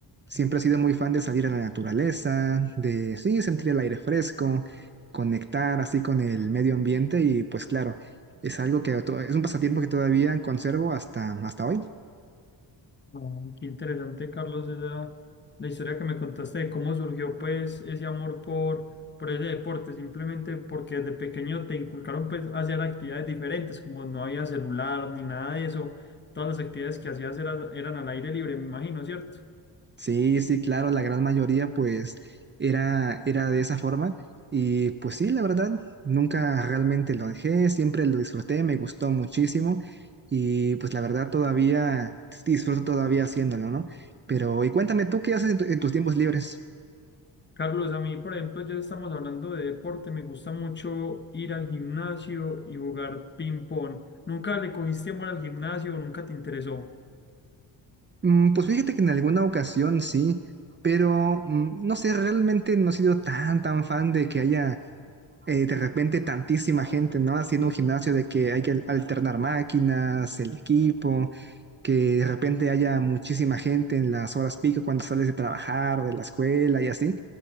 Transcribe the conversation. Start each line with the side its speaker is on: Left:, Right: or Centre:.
Right: siempre he sido muy fan de salir a la naturaleza, de sí, sentir el aire fresco, conectar así con el medio ambiente y pues claro, es algo que to- es un pasatiempo que todavía conservo hasta hasta hoy.
Left: Oh, qué interesante, Carlos, esa, la historia que me contaste de cómo surgió pues ese amor por, por ese deporte, simplemente porque desde pequeño te inculcaron pues a hacer actividades diferentes, como no había celular ni nada de eso, todas las actividades que hacías eran, eran al aire libre, me imagino, ¿cierto?
Right: Sí, sí, claro, la gran mayoría pues era, era de esa forma y pues sí, la verdad, nunca realmente lo dejé, siempre lo disfruté, me gustó muchísimo y pues la verdad todavía disfruto todavía haciéndolo, ¿no? Pero y cuéntame tú qué haces en, tu- en tus tiempos libres.
Left: Carlos, a mí, por ejemplo, ya estamos hablando de deporte, me gusta mucho ir al gimnasio y jugar ping pong. ¿Nunca le cogiste amor al gimnasio o nunca te interesó?
Right: Mm, pues fíjate que en alguna ocasión sí, pero mm, no sé, realmente no he sido tan, tan fan de que haya eh, de repente tantísima gente, ¿no? Haciendo un gimnasio de que hay que alternar máquinas, el equipo, que de repente haya muchísima gente en las horas pico cuando sales de trabajar o de la escuela y así.